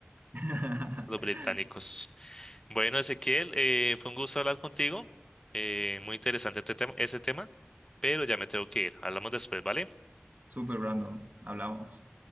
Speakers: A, on the right; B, on the left.
A: <laughs>
B: Los británicos. Bueno, Ezequiel, eh, fue un gusto hablar contigo. Eh, muy interesante este tema, ese tema, pero ya me tengo que ir. Hablamos después, ¿vale?
A: Super Brandon, hablamos.